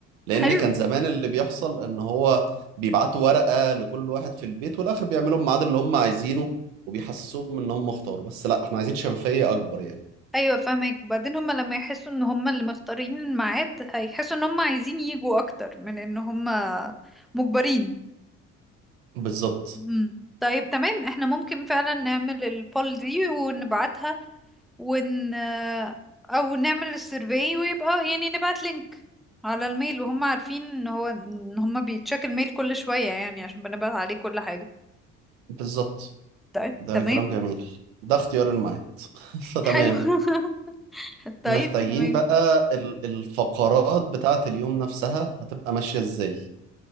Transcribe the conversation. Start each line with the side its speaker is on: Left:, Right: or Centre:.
Right: لان
Centre: حلو
Right: كان زمان اللي بيحصل ان هو بيبعتوا ورقه لكل واحد في البيت والاخر بيعملوا الميعاد اللي هم عايزينه وبيحسسوهم ان هم اختاروا بس لا احنا عايزين شفافيه اكبر يعني
Centre: ايوه فاهمك وبعدين هما لما يحسوا ان هما اللي مختارين الميعاد هيحسوا ان هما عايزين يجوا اكتر من ان هما مجبرين
Right: بالظبط
Centre: مم. طيب تمام احنا ممكن فعلا نعمل البول دي ونبعتها ون او نعمل السيرفي ويبقى يعني نبعت لينك على الميل وهم عارفين ان هو ان هم بيتشيك الميل كل شوية يعني عشان بنبعت عليه كل حاجة
Right: بالظبط
Centre: طيب
Right: ده
Centre: تمام
Right: كلام جميل ده اختيار المعين <laughs> فتمام
Centre: حلو <laughs> طيب
Right: محتاجين
Centre: تمام
Right: بقى ال- الفقرات بتاعة اليوم نفسها هتبقى ماشية ازاي